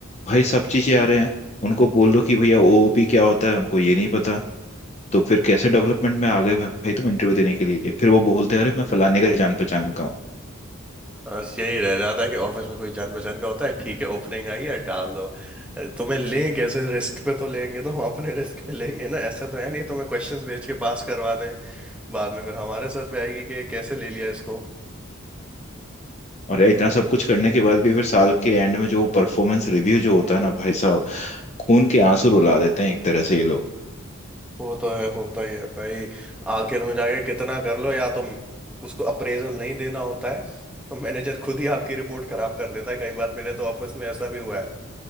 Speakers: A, on the left (about 30°); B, in the centre.
A: भाई सब चीजें आ रहे हैं उनको बोल दो कि भैया ओओपी क्या होता है उनको ये नहीं पता तो फिर कैसे डेवलपमेंट में आ गए भाई तुम इंटरव्यू देने के लिए फिर वो बोलते हैं अरे मैं फलाने का जान पहचान का हूँ
B: बस यही रह जाता है कि ऑफिस में कोई जान पहचान का होता है ठीक है ओपनिंग आई है डाल दो तुम्हें लें कैसे रिस्क पे तो लेंगे तो हम अपने रिस्क पे लेंगे ना ऐसा तो है नहीं तुम्हें क्वेश्चंस भेज के पास करवा दें बाद में फिर हमारे सर पे आएगी कि कैसे ले लिया इसको
A: और यार इतना सब कुछ करने के बाद भी फिर साल के एंड में जो परफॉर्मेंस रिव्यू जो होता है ना भाई साहब खून के आंसू रुला देते हैं एक तरह से ये लोग
B: वो तो है होता ही है भाई आखिर में जाके कितना कर लो या तो उसको अप्रेजल नहीं देना होता है तो मैनेजर खुद ही आपकी रिपोर्ट खराब कर देता है कई बार मेरे तो ऑफिस में ऐसा भी हुआ है